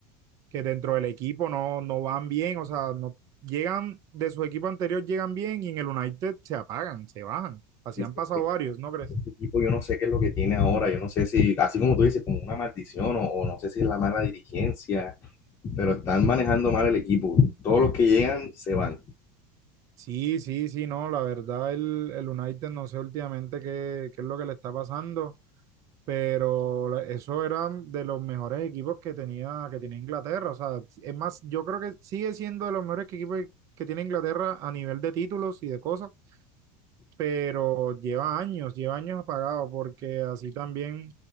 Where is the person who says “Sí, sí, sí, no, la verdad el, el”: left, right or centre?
Right